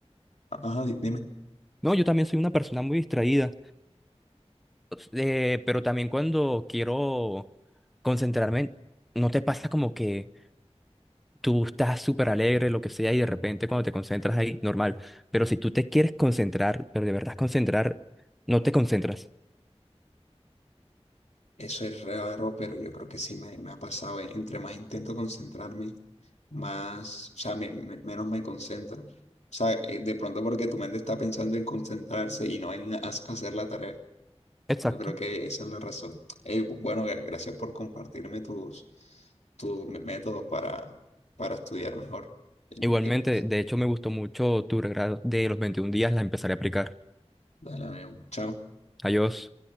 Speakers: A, on the left (about 85°); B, in the centre.
A: ajá, di- dime,
B: no, yo también soy una persona muy distraída, eh, pero también cuando quiero concentrarme, ¿no te pasa como que... tú estás súper alegre, lo que sea, y de repente cuando te concentras ahí, normal. Pero si tú te quieres concentrar, pero de verdad concentrar, no te concentras.
A: eso es raro, pero yo creo que sí me, me ha pasado. eh, Entre más intento concentrarme, más, o sea, me- me- menos me concentro. O sea, eh, de pronto porque tu mente está pensando en concentrarse y no en ha- hacer la tarea.
B: Exacto.
A: Yo creo que esa es la razón. Ey, bueno, gra- gracias por compartirme tus, tus me- métodos para, para estudiar mejor.
B: Igualmente,
A: Eh,
B: de hecho, me gustó mucho tu regalo de los 21 días, la empezaré a aplicar.
A: Dale, amigo. Chao.
B: Adiós.